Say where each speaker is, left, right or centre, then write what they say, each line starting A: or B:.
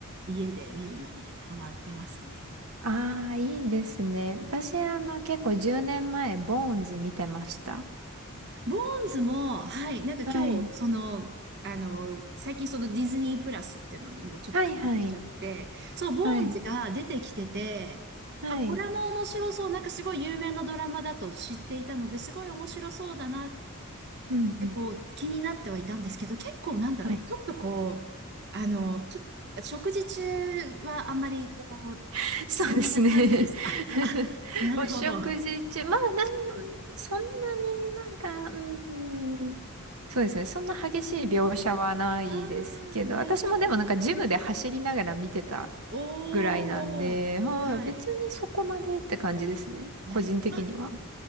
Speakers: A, on the right; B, on the right.
A: 家で見るのにハマってますね。
B: ああ、いいですね。私、あの、結構10年前、ボーンズ見てました。
A: ボーンズも、はい、なんか今日、
B: はい。
A: その、あの、最近そのディズニープラスっていうのにもちょっと感動しちゃって、
B: はいはい。
A: そう、ボーンズが出てきてて、
B: はい。はい。
A: あ、これも面白そう、なんかすごい有名なドラマだと知っていたので、すごい面白そうだなっ
B: うんうん。
A: てこう気になってはいたんですけど、結構なんだろう、
B: はい
A: ちょっとこう、あの、ちょっと、食事中はあんまりこう、
B: <laughs> そうですね。
A: そんな感じですか。<laughs>
B: <laughs>
A: なるほど。
B: お食事中、
A: あ
B: まあ、なん、そんなになんか、うん、そうですね。そんな激しい描写はないですけど、
A: あ、なるほど。
B: 私もでもなんかジムで走りながら見てた
A: おー。
B: ぐらいなんで、はい、
A: はい。
B: 別にそこまでって感じですね。
A: なるほど。
B: 個人的には。
A: まあ、慣れ